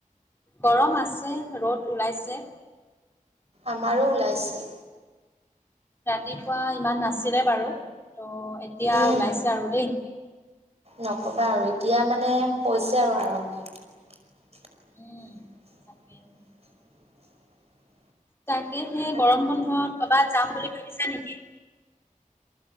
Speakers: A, on the left; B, on the right.
A: গৰম আছে ৰ'দ ওলাইছে।
B: আমাৰো ওলাইছে।
A: ৰাতিপুৱা ইমান নাছিলে বাৰু ত' এতিয়া
B: উম
A: ওলাইছে আৰু দেই।
B: নকবা আৰু এতিয়া মানে হৈছে আৰু আৰম্ভ। <unintelligible>
A: উম, তাকে তাকেহে
B: আৰু
A: গৰম বন্ধত কবাত যাম বুলি ভাবিছা নেকি?